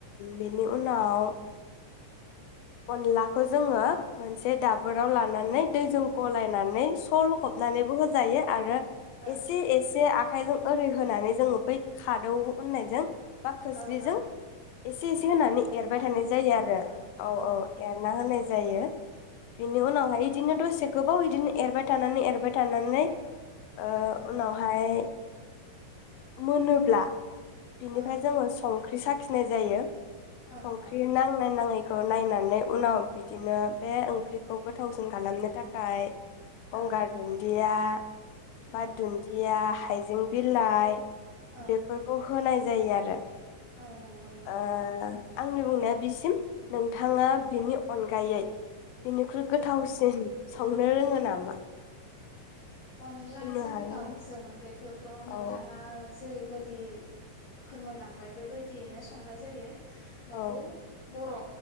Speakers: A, on the left; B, on the left.
A: बेनि उनाव अनलाखौ जोङो मोनसे दाबोराव लानानै दैजों
B: औ
A: गलायनानै स' लखबनानैबो होजायो आरो
B: ओ
A: एसे एसे आखायजों ओरै होनानै जोङो बै खादौ होननायजों बा खोस्लिजों
B: ओ औ औ
A: एसे एसे होनानै
B: एरनानै
A: एरबाय थानाय जायो
B: औ
A: आरो औ औ
B: नंगौ
A: एरना होनाय जायो बिनि
B: ओं
A: उनाव हाय दिनो दसे गोबाव बिदिनो एरबाय थानानै एरबाय थानानै ओ
B: ओं
A: उनावहाय मोनोब्ला बिनिफ्राय
B: औ
A: जोङो सं ख्रि साखिनाय जायो
B: औ
A: संख्रि
B: औ
A: नांनाय नाङै खौ नायनानै उनाव बिदिनो बे ओंख्रिखौ गोथावसिन खालामनो थाखाय
B: औ
A: गंगार दुन दिया
B: औ
A: बा दुनदिया हाइजें बिलाइ
B: औ
A: बेफोरखौ होनाय जायो आरो
B: औ नंगौ नोंथां
A: ओ आंनि बुंनाया बिसिम नोंथाङा बिनि अनगायै बेनिख्रुइ गोथावसिन
B: औ
A: संनो रोङो नामा?
B: अनलाजों
A: बुंनो हागोन
B: दाउजों बेखौथ' नोंथाङा
A: औ
B: जेरैबाय दि फोरमायलांबाय बेबायदियैनो संनाय जायो नोंगौ
A: औ
B: बर'